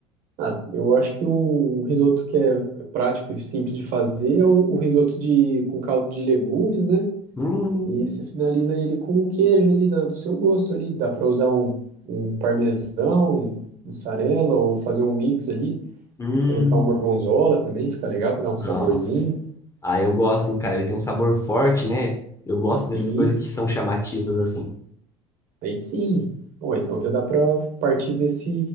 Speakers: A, on the right; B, on the left.
A: Ah, eu acho que um, um risoto que é é prático e simples de fazer é o, o risoto de, com caldo de legumes, né?
B: Hum,
A: E você finaliza ele com o queijo ali da- do seu gosto ali. Dá para usar um, um parmesão, mussarela ou fazer um mix ali.
B: hum,
A: Colocar um gorgonzola também, fica legal, que dá um saborzinho.
B: nossa. Ah, eu gosto, hein, cara. Ele tem um sabor forte, né? Eu gosto dessas
A: E
B: coisas
A: Isso.
B: que são chamativas, assim.
A: Aí sim. Ó, então já dá para partir desse